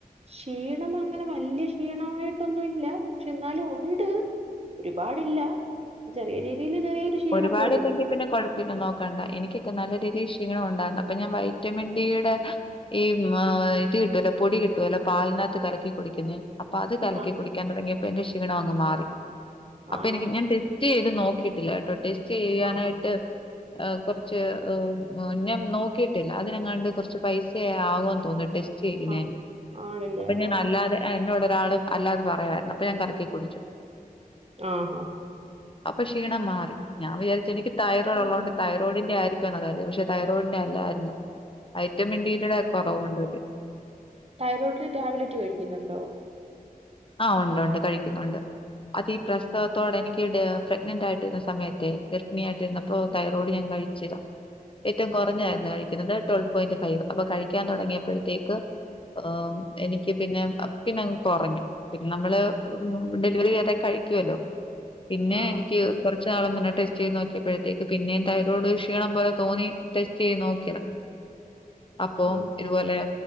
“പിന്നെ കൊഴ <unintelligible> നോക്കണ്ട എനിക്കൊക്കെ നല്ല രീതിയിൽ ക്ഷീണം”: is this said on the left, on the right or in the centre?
Left